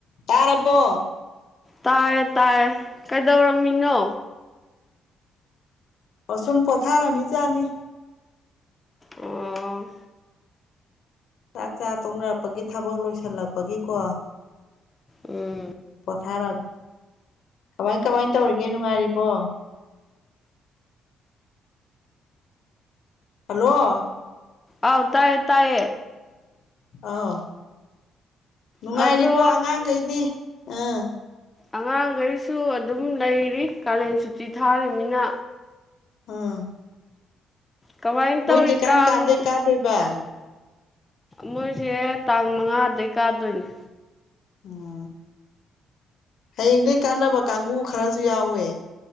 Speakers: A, on the left; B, on the left.
A: ꯇꯔꯔꯕꯣ
B: ꯇꯥꯏ ꯇꯥꯏ ꯀꯩꯗꯧꯔꯝꯃꯤꯅꯣ
A: ꯑꯣꯁꯨꯝ ꯄꯣꯊꯥꯔꯝꯃꯤꯖꯥꯠꯅꯤ
B: ꯑꯣ
A: ꯆꯥꯛ ꯆꯥ ꯇꯣꯡꯅꯔꯛꯄꯒꯤ ꯊꯕꯛ ꯂꯣꯏꯁꯤꯜꯂꯛꯄꯒꯤꯀꯣ
B: ꯎꯝ
A: ꯊꯥꯔꯑꯃꯦ ꯀꯃꯥꯏ ꯀꯃꯥꯏ ꯇꯧꯔꯤꯒꯦ ꯅꯨꯡꯉꯥꯏꯔꯤꯕꯣ ꯍꯜꯂꯣ
B: ꯑꯥꯎ ꯇꯥꯏꯌꯦ ꯇꯌꯦ
A: ꯑꯥꯎ ꯅꯨꯡꯉꯥꯏꯔꯤꯕꯣ
B: ꯑꯗꯣ
A: ꯑꯉꯥꯡꯈꯩꯗꯤ ꯑꯥ
B: ꯑꯉꯥꯡꯈꯩꯁꯨ ꯑꯗꯨꯝ ꯂꯩꯔꯤ ꯀꯥꯂꯦꯟ ꯁꯨꯇꯤ ꯊꯥꯔꯤꯅꯤꯅ
A: ꯑꯝ
B: ꯀꯃꯥꯏꯅ
A: ꯃꯣꯏꯗꯤ
B: ꯇꯧꯔꯤ
A: ꯀꯔꯝ
B: ꯀꯥꯡ
A: ꯀꯥꯟꯗꯣꯏ ꯀꯥꯗꯣꯏꯕ
B: ꯃꯣꯏꯁꯦ ꯇꯥꯡ ꯃꯉꯥꯗꯒꯤꯩ ꯀꯥꯗꯣꯏꯅꯦ
A: ꯎꯝ ꯍꯌꯦꯡꯗꯒꯤꯩ ꯀꯥꯟꯅꯕ ꯀꯥꯡꯒ ꯈꯔꯁꯨ ꯌꯥꯎꯋꯦ